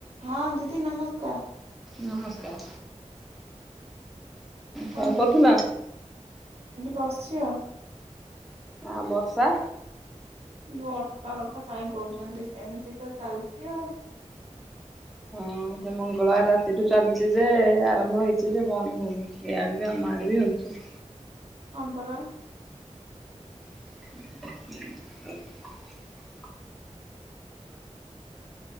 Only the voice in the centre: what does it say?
ନମସ୍କାର।
କଣ କରୁଥିଲ?
ଆଉ ବର୍ଷା
ହଁ ସେ ମଙ୍ଗଳବାର ରାତିଠୁ ଆଉ ସେ ମଙ୍ଗଳବାର ରାତିରୁ ଚାଲିଚି ଯେ ଆରମ୍ଭ ହେଇଚି ଯେ ବନ୍ଦ ହୋଉନି। ଏଇଆଡେ ବି ଆମ ଆଡେ ବି <unintelligible>
<inaudible>